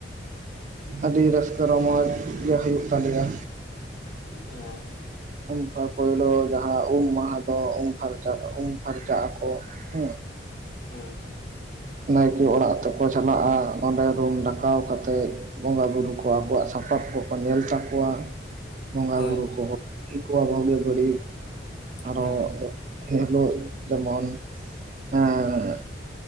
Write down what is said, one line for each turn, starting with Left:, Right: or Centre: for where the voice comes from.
Right: ᱟᱹᱰᱤ ᱨᱟᱹᱥᱠᱟᱹ ᱨᱚᱢᱚᱡᱽ ᱜᱮ ᱦᱩᱭᱩᱜ ᱛᱟᱞᱮᱭᱟ᱾
Left: ᱚ᱾
Right: ᱩᱱᱥᱟ ᱯᱳᱭᱞᱳ ᱡᱟᱦᱟᱸ ᱩᱢ ᱢᱟᱦᱟ ᱫᱚ ᱩᱢ ᱯᱷᱟᱨᱪᱟᱜ ᱩᱢ ᱯᱷᱟᱨᱪᱟᱜ ᱟᱠᱚ ᱦᱮᱸ᱾
Left: ᱦᱩᱸ᱾
Right: ᱱᱟᱭᱠᱮ ᱚᱲᱟᱜ ᱛᱮᱠᱚ ᱪᱟᱞᱟᱜᱼᱟ ᱚᱸᱰᱮ ᱨᱩᱢ ᱰᱟᱠᱟᱣ ᱠᱟᱛᱮᱫ ᱵᱚᱸᱜᱟ ᱵᱩᱨᱩ ᱠᱚ ᱟᱠᱚᱣᱟᱜ ᱥᱟᱯᱟᱵ ᱠᱚᱠᱚ ᱧᱮᱞ ᱛᱟᱠᱚᱣᱟ᱾ ᱵᱚᱸᱜᱟ
Left: ᱦᱳᱭ
Right: ᱵᱩᱨᱩ ᱠᱚᱠᱚ <inaudible> ᱠᱚᱣᱟ ᱵᱳᱜᱮ ᱵᱟᱹᱲᱤᱡ, ᱟᱨᱚ
Left: ᱦᱳᱭ
Right: ᱮ ᱦᱮᱞᱚᱜ ᱡᱮᱢᱚᱱ ᱮᱸᱻ